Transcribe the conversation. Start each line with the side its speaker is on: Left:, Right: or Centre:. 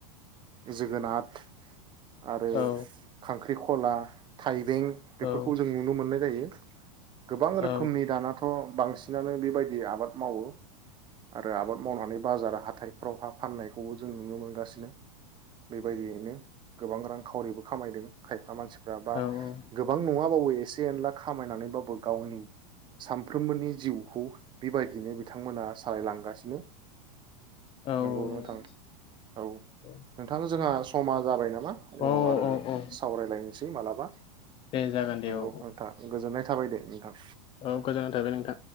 Right: जोगोनाथ आरो
Left: औ
Right: खांख्रिख' ला, थाइ बें बेफोरखौ
Left: औ
Right: जों नुनो मोननाय जायो गोबां रोखोमनि
Left: औ
Right: दानाथ' बांसिन। बिसिनानो बेबायदि आबाद मावो आरो आबाद मावनानै बाजार हाथाइफ्रावहा फाननायखौबो जों नुनो मोनगासिनो बेबायदियैनो गोबां रां खावरिबो खामायदों खायफा मानसि बा
Left: औ
Right: गोबां नङा। औ एसे एनला खामायनानैबाबो गावनि सानफ्रोमबोनि जिउखौ बेबायदिनो बिथांमोना सालायलांगासिनो।
Left: औ उम
Right: नंगौ नोथां
Left: उम
Right: औ
Left: उम
Right: नोंथां जोंहा। समा जाबाय नामा।
Left: उम उम औ
Right: उनाव
Left: औ औ
Right: आरो
Left: औ
Right: सावरायदिनि मालाबा
Left: दे जागोन दे
Right: नंगौ
Left: औ
Right: नोंथां <unintelligible> दे नोंथां
Left: औ गोजोननाय थाबाय नोंथां